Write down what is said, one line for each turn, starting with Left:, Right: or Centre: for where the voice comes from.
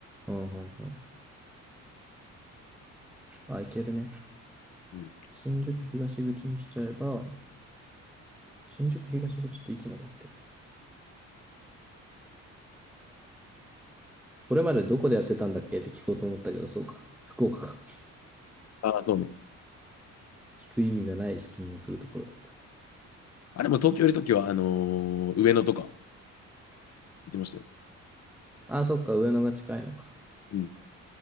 Centre: うんうんうん。あ、いけるね。
Left: うん、
Centre: 新宿東口にしちゃえば、新宿東口っていつまでやってるこれまでどこでやってたんだっけって聞こうと思ったけど、そうか。福岡か。
Left: ああ、そうね。
Centre: 聞く意味がない質問をするところだった。
Left: あれも東京いるときは、あのー上野とか行ってましたよ。
Centre: あ、そっか、上野が近いのか。
Left: うん。